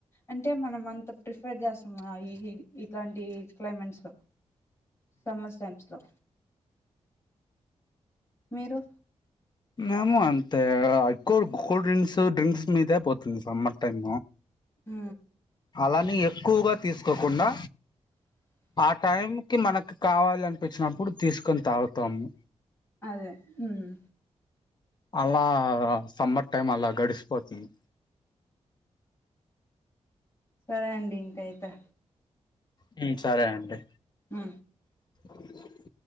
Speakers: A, on the left; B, on the left.
A: అంటే మనం అంత ప్రిఫర్ చేస్తాము ఇట్లాంటి క్లైమేట్స్ లో సమ్మర్ టైమ్స్ లో మీరు
B: మ్యాము అంతే అ కోల్ కోల్డ్ డ్రింక్స్ డ్రింక్స్ మీదే పోతుంది సమ్మర్ టైమ్
A: ఆ
B: అలాని ఎక్కువగా తీసుకోకుండా ఆ టైంకిి మనకు కావాలనిపించినప్పుడు తీసుకొని తాగుతాము
A: అదే హ్మ్
B: అలా సమ్మర్ టైం అలా గడిసిపోతుంది
A: సరే అండి ఇంకా యితే
B: హ్మ సరే అండి
A: ఆ
B: <inaudible>